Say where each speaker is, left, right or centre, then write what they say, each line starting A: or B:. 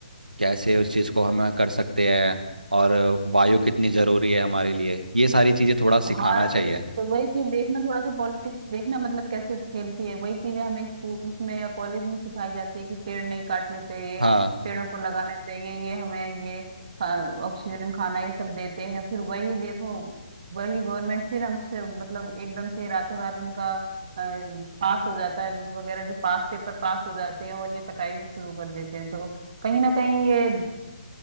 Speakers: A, on the right (about 85°); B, on the right (about 50°).
A: कैसे उस चीज को हम कर सकते हैं और वायु कितनी जरूरी है हमारे लिए ये सारी चीजें थोड़ा
B: हाँ
A: सिखाना चाहिए
B: तो वही चीज देखना थोड़ा सा पॉलिटिक्स देखना मतलब कैसे खेलती है वही चीजें हमें स्कूल्स में या कॉलेज में सिखाई जाती है कि पेड़ नहीं काटने चाहिए
A: हाँ
B: पेड़ों को लगाना चाहिए ये हमें ये ऑक्सीजन खाना ये सब देते हैं फिर वही देखो वही गवर्नमेंट फिर हमसे मतलब एकदम से रातों रात इनका पास हो जाता है बिल वगैरह जो पास पेपर पास हो जाते हैं और ये कटाई भी शुरू कर देते हैं तो कहीं ना कहीं ये